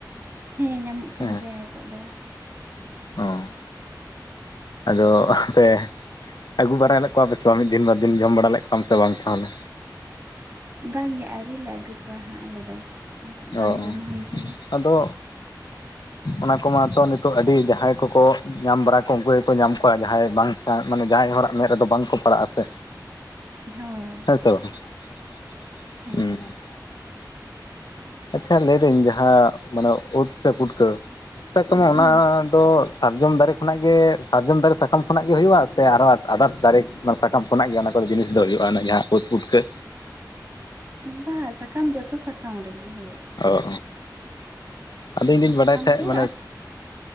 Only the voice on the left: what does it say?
ᱦᱮᱸ
ᱚ ᱾ ᱟᱫᱚ ᱟᱯᱮ ᱟᱹᱜᱩ ᱵᱟᱲᱟ ᱞᱮᱫ ᱠᱚᱣᱟ ᱯᱮ ᱥᱮ ᱵᱟᱝ ᱢᱤᱫ ᱫᱤᱱ ᱵᱟᱨ ᱫᱤᱱ ᱡᱚᱢ ᱵᱟᱲᱟ ᱞᱮᱫ ᱠᱚᱣᱟᱢ ᱥᱮ ᱵᱟᱝ ᱛᱟᱦᱚᱞᱮ?
ᱚ
ᱟᱫᱚ ᱚᱱᱟ ᱠᱚᱢᱟᱛᱚ ᱱᱤᱛᱚᱜ ᱟᱹᱰᱤ ᱡᱟᱦᱟᱸᱭ ᱠᱚᱠᱚ ᱧᱟᱢ ᱵᱟᱲᱟ ᱠᱚ ᱩᱱᱠᱩᱠᱚ ᱠᱚ ᱧᱟᱢ ᱠᱚᱣᱟ ᱡᱟᱦᱟᱸᱭ ᱵᱟᱝ ᱢᱟᱱᱮ ᱡᱟᱦᱟᱸᱭ ᱦᱚᱲᱟᱜ ᱢᱮᱫ ᱨᱮᱫᱚ ᱵᱟᱝᱠᱚ ᱯᱟᱲᱟᱜᱼᱟ ᱥᱮ
<unintelligible>
ᱟᱪᱪᱷᱟ ᱞᱟᱹᱭᱫᱟᱹᱧ ᱡᱟᱦᱟᱸ ᱢᱟᱱᱮ ᱚᱛ ᱥᱮ ᱯᱩᱴᱠᱟᱹ? ᱚᱱᱟ
ᱫᱚ ᱥᱟᱨᱡᱚᱢ ᱫᱟᱨᱮ ᱠᱷᱚᱱᱟᱜ ᱜᱮ ᱥᱟᱨᱡᱚᱢ ᱫᱟᱨᱮ ᱥᱟᱠᱟᱢ ᱠᱷᱚᱱᱟᱜ ᱜᱮ ᱦᱩᱭᱩᱜᱼᱟ ᱥᱮ ᱟᱨᱦᱚᱸ ᱟᱫᱟᱨᱥ ᱫᱟᱨᱮ ᱚᱱᱟ ᱥᱟᱠᱟᱢ ᱠᱷᱚᱱᱟᱜ ᱜᱮ? ᱡᱤᱱᱤᱥ ᱫᱚ ᱦᱩᱭᱩᱜᱼᱟ ᱡᱟᱦᱟᱸ ᱩᱫ ᱯᱩᱴᱠᱟᱹ
ᱚ ᱟᱫᱚ
ᱤᱧ ᱫᱩᱧ
ᱵᱟᱰᱟᱭ ᱛᱟᱦᱮᱸᱜ
ᱢᱟᱱᱮ